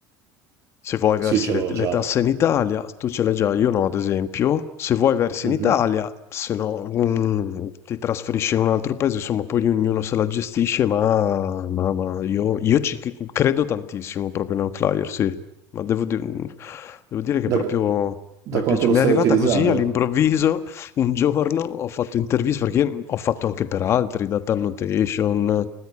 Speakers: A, on the left (about 35°); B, on the right (about 45°).
A: Se vuoi
B: sì,
A: versi
B: ce
A: le,
B: l'ho
A: le
B: già.
A: tasse in Italia, tu ce l'hai già, io no, ad esempio. Se vuoi versi
B: Mhm.
A: in Italia, se no mm, ti trasferisci in un altro paese, insomma, poi ognuno se la gestisce, ma, ma- ma io, io ci c- credo tantissimo proprio in Outlier, sì. Ma devo, di- devo dire che
B: Da,
A: proprio
B: qu- da
A: mi è
B: quanto
A: piaciuto,
B: lo
A: mi
B: stai
A: è arrivata
B: utilizzando?
A: così all'improvviso un giorno ho fatto interviste perché ho fatto anche per altri, Data Annotation,